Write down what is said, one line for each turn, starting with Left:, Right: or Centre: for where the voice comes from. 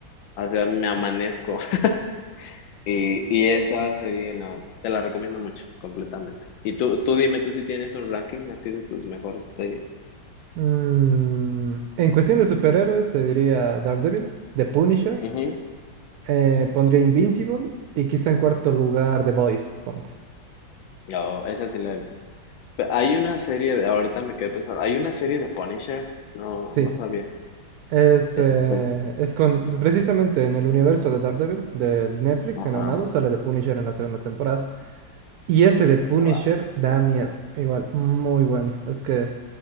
Left: o sea, me amanezco. <laughs> Y, y esa serie, no, te la recomiendo mucho, completamente. Y tú, tú dime, tú si tienes un ranking así de tus mejores series.
Right: Mm, En cuestión de superhéroes, te diría Daredevil, The Punisher.
Left: Ujú.
Right: eh, pondría Invincible y quizá en cuarto lugar The Boys, ponte.
Left: Oh, esa sí la he visto. Pe- Hay una serie de, ahorita me quedé pensando, hay una serie de Punisher, no,
Right: Sí,
Left: no sabía.
Right: es,
Left: Ese
Right: eh,
Left: pers-
Right: es con, precisamente en el universo de Daredevil, de Netflix,
Left: ajá.
Right: en Armado, sale The Punisher en la segunda temporada. Y ese de Punisher
Left: Wow.
Right: da miedo, igual, muy bueno. Es que,